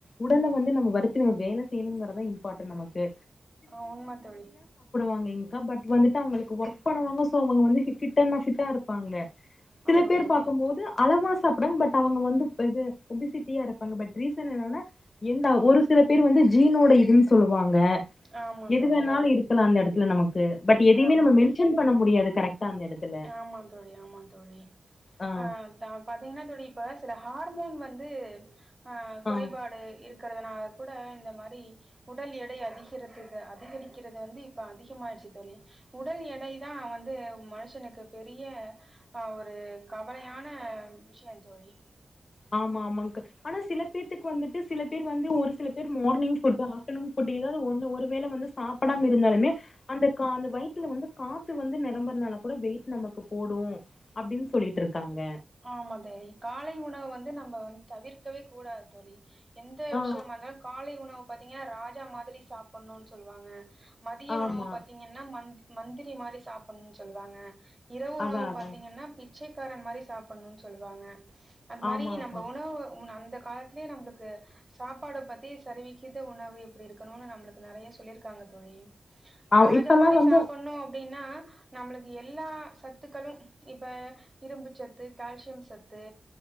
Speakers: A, on the left (about 55°); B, on the right (about 15°).
A: உடல வந்து நம்ம வருத்தி நம்ம வேல செய்யணுங்கறதான் இம்பார்ட்டன்ட் நமக்கு
B: ஆஹ் உண்ம தோழி
A: இல்லைங்க்கா பட் வந்துட்டு அவளுக்கு ஒர்க் பண்ணுவாங்க சோ அவங்க ஃபிட்டென்ன ஃபிட்டாயிருப்பாங்க சில
B: ஆமா
A: பேர்
B: தோழி
A: பார்க்கும்போது அளவா சாப்டுவாங்க பட் அவங்க வந்து ஒபீசிட்டியா இருப்பாங்க பட் ரீசன் என்னன்னா ஒரு சில பேர் வந்து ஜீனோட இதுன்னு சொல்லுவாங்க
B: ஆமா
A: எது
B: தோழி
A: வேணாலு இருக்கலா அந்த எடத்துல நமக்கு பட் எதையுமே
B: ஆமா
A: நம்ம மென்ஷன்
B: தோழி
A: பண்ண முடியாது கரெக்டா அந்த எடத்துல
B: ஆமா தோழி ஆமா தோழி
A: ஆ
B: ஆஹ் பாத்தீங்கன்னா தோழி இப்ப சில ஹார்மோன் வந்து ஆஹ் குறைபாடுயிருக்
A: ஆ
B: குறதுனால கூட இந்த மாரி உடல் எடை அதிகரத்துக்கு அதிகரிக்குறது வந்து இப்ப அதிகமாயிடுச்சு தோழி உடல் எடை தா வந்து மனு ஷனுக்கு பெரிய ஆஹ் ஒரு கவலையான விஷியோ தோழி
A: ஆமா ஆமாங்க ஆனா சில பேர்த்துக்கு வந்துட்டு சில பேர் வந்து ஒரு சில பேர் மார்னிங் ஃபுட்டு் ஆப்டர்நூன் ஃபுட்டு எதாவது ஒண்ணு ஒரு வேள வந்து சாப்புடாம இருந்தாலுமே அந்த கா அந்த வயித்துல வந்து காத்து வந்து நெரம்புறனால கூட வெயிட் நமக்கு போடும் அப்டின்னு சொல்லிட்டு இருக்காங்க
B: ஆமா தோழி காலை உணவு வந்து நம் ப வந்து தவிர்க்கவேக் கூடாது தோழி எந்த
A: ஆ
B: விஷியமாயிருந்தாலோ காலை உணவு பாத்தீங்கன்னா ராஜா மாதிரி சாப் புடனோம்னு சொல்லுவாங்க மதிய
A: ஆமா
B: உணவு பார்த்தீங்கன்னா மந் மந்திரி மாதிரி சாப்புடணோம்னு சொல்லுவாங்க இரவு உணவு
A: அதா அதா
B: பாத்தீங்கன்னா பி ச்சைக்காரன் மாரி சாப் புன்னோம்னு சொல்லுவாங்க அது
A: ஆமா
B: மாதிரி
A: ஆமா
B: நம்ம உணவு உ அந்த இந்த காலத்துலயே நம்மளுக்கு சாப்பாட பத்தி சரிவிக்கித்த உணவு எப்டியிருக்கணோம்னு நம்மளுக்கு நெறைய சொல்லியிருக்காங்க தோழி
A: ஆ
B: ராஜா
A: இப்பல்லாம்
B: மாரி
A: வந்து
B: சாப்புட்ணோ அப்டின்னு ன்னா நம்மளுக்கு எல்லா சத்துக்களோ இப்ப இரும்புச்சத்து கால்சியம் சத்து